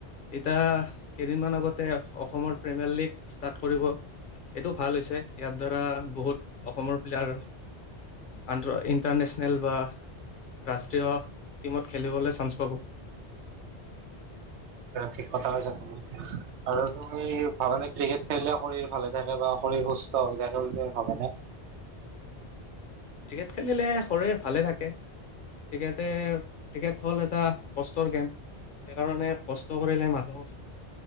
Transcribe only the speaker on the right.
অ, থিক কথা কৈছা তুমি। আৰু তুমি ভাবা না ক্ৰিকেট খেলিলে শৰীৰ ভালে থাকে বা শৰীৰ সুস্থ হৈ থাকে বুলি তুমি ভাবা না।